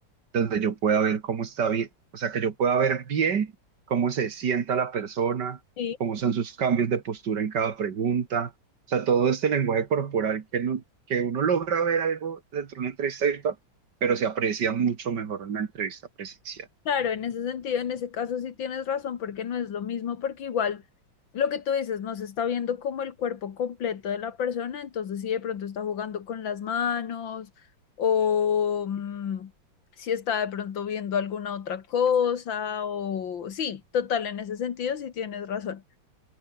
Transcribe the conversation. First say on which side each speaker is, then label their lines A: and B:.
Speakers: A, on the right; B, on the left.
A: donde yo pueda ver cómo está bien, o sea, que yo pueda ver bien cómo se sienta la persona,
B: Sí,
A: cómo son sus cambios de postura en cada pregunta, o sea, todo este lenguaje corporal que, no- que uno logra ver algo dentro de una entrevista virtual, pero se aprecia mucho mejor en una entrevista presencial.
B: claro, en ese sentido, en ese caso sí tienes razón porque no es lo mismo porque igual... Lo que tú dices, no se está viendo como el cuerpo completo de la persona, entonces si de pronto está jugando con las manos o mm, si está de pronto viendo alguna otra cosa o sí, total, en ese sentido sí tienes razón.